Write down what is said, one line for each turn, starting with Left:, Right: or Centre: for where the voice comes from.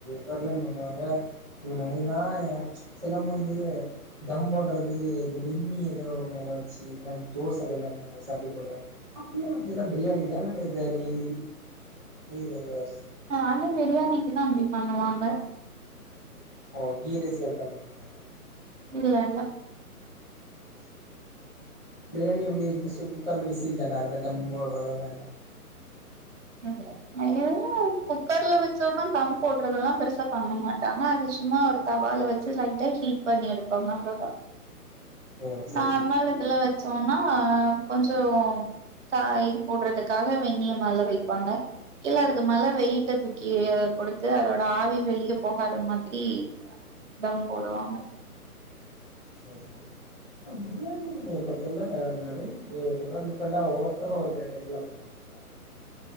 Centre: தெரயலேம்மா சொல்லுவாங்க ஏன்னா செலவங்க வந்து தம் போடுறது இந்த பண்ணி ஏதோ மேலே வச்சு தோசை கல்லெலா மேல வச்சு அப்படி போடுவாங்க அப்பல்லா அதெல்லா பிரியாணிக்கா அல்ல இந்த நெய் நீ ரோஸ்
Right: ஆஹ் அந்த பிரியாணி க்குதா அப்டி பண்ணுவாங்க
Centre: ஓ கீரைஸ்க்கு அப்டி பண்ணமட்டாங்க
Right: இல்ல இல்ல
Centre: <unintelligible> எப்டி ஜஸ் குக்கரல விசில்ண்ட ஜம் பவுடர் அதெல்லா இல்ல
Right: <unintelligible> ஏண்ணோ குக்கர்ல வெச்சோம்னா பம் போடுறதெ எல்லா பெருசா பண்ண மாட்டாங்க அது சும்மா ஒரு தவால வச்சு லைட்டா ஹீட் பண்ணி எடுப்பாங்க அவ்வளோதா
Centre: ஓ சேரி
Right: நார்மல் இதுல வச்சோனா ஆ கொஞ்ச த இது போடுறதுக்காக வெண்ணய மேல வை ப்பாங்க இல்ல அதுக்கு மேல வெயிட்ட தூக்கி கொடுத்து அதோட ஆவி வெளியே போகாத மாதிரி தம் போடுவாங்க
Centre: செரி செரி பிரியாணி பொருத்தல நிரைய டிஃரெண்ட் டிஃப்ரொண்டா ஒவ்வொருத்தரு ஒரு கேட்டகிரில பண்றாங்கல்ல